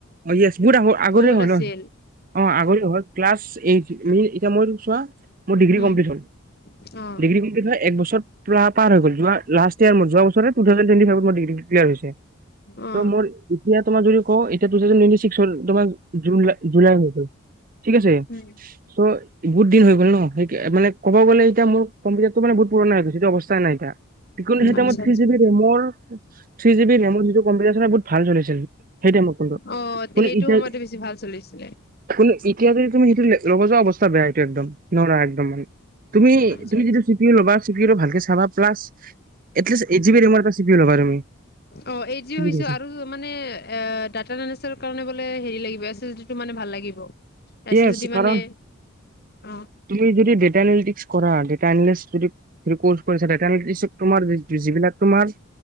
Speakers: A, on the right (about 40°); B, on the left (about 45°).
A: অ য়েছ, বহুত আগৰে
B: অল্ড
A: হয়
B: আছিল
A: নহ? অ' আগৰে হয়। ক্লাছ এইট, এতিয়া মই চোৱা মোৰ ডিগ্ৰী
B: উম
A: কমপ্লীট হ'ল।
B: অ
A: ডিগ্ৰী কমপ্লীট হৈ একবছৰ পুৰা পাৰ হৈ গ'ল। <unintelligible> <unintelligible> ম যোৱাবছৰে টু-থাউজেণ্ড টুৱেন্টি ফাইভত মোৰ ডিগ্ৰীটো ক্লিয়াৰ হৈছে।
B: অ
A: ত' মোৰ এতিয়া তোমাৰ যদি কও, এতিয়া টু-থাউজেণ্ড টুৱেন্টি-ছিক্স <unintelligible> তোমাৰ জু-জুলাই হৈ গ'ল ঠিক আছে।
B: উম
A: চ' গুড দিন হৈ গ'ল ন? সেই, মানে <unintelligible> ক'ব গ'লে এতিয়া মোৰ, কম্পিউটাৰটো মানে বহুত পুৰণা হৈ গৈছে। ইটো অৱস্থা নাই এতিয়া। কিন্তু
B: আচ্ছা
A: <unintelligible> মই থ্ৰী-জি-বি
B: আচ্ছা
A: ৰেমৰ থ্ৰী-জি-বি ৰেমৰ যিটো কম্পিউটাৰ চলাও, বুত ভাল চলিছিল। সেইটাই মই কোনটো,
B: অ তে
A: কোন
B: সেইটো
A: এতিয়া,
B: সময়তে বেছি ভাল চলিছিলে
A: কোন ইতি <unintelligible> তুমি সেইটো লগ যোৱা অৱস্থা বেয়া একদম। নৰা একদম তুমি,
B: আচ্ছা
A: তুমি
B: আচ্ছা
A: যিটো চিপিইউ ল'বা, চিপিইউ ভালকে চেক চাবা, প্লাচ, এটলিষ্ট এইটজিবি ৰেমৰ এটা চি-পি-ইউ ল'বা তুমি।
B: অ' এইট জি
A: বুজি
B: হৈছো,
A: পাইছা?
B: আৰু মানে ডাটা দনেছৰ কাৰণে বোলে লে হেৰি লাগিব, এছ-এছ-দিটো মানে ভাল লাগিব। S
A: yes.
B: S ডি মানে
A: কাৰণ,
B: অ
A: তুমি যদি ডেটা এনালিটিক্স কৰা, ডেটা এনালিটিক্স যদি কোৰ্চ কৰিছা। ডেটা এনালিটিক্সত তোমাৰ যিবিলাক তোমাৰ,